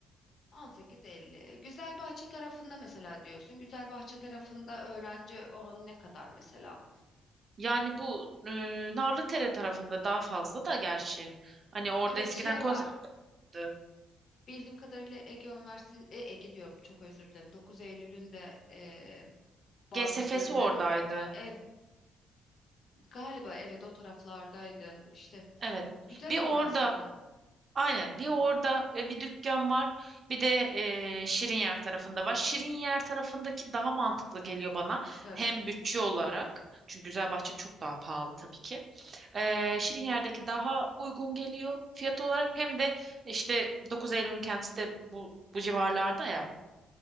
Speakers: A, on the left; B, on the right.
A: 18-50. Güzelbahçe tarafında mesela diyorsun. Güzelbahçe tarafında öğrenci oranı ne kadar mesela?
B: Yani bu e, Narlıdere tarafında daha fazla da gerçi. Hani orada
A: Evet
B: eskiden
A: şey
B: konservatuvar
A: var.
B: vardı.
A: Bildiğim kadarıyla Ege Üniversitesi, e, Ege diyorum çok özür dilerim. 9 Eylül'ün de e, bazı
B: G S GSF'si
A: bölümleri
B: oradaydı.
A: orada. Ev, galiba evet o taraflardaydı. İşte
B: Evet.
A: güzel
B: Bir
A: olur
B: orada
A: aslında.
B: aynen bir orada e, bir dükkan var. Bir de e, Şirinyer tarafında var. Şirinyer tarafındaki daha mantıklı geliyor bana.
A: Tabii.
B: Hem bütçe olarak. Çünkü Güzelbahçe çok daha pahalı tabii ki. E, Şirinyer'deki daha uygun geliyor fiyat olarak. Hem de işte dokuz Eylül'ün kendisi de bu, bu civarlarda ya.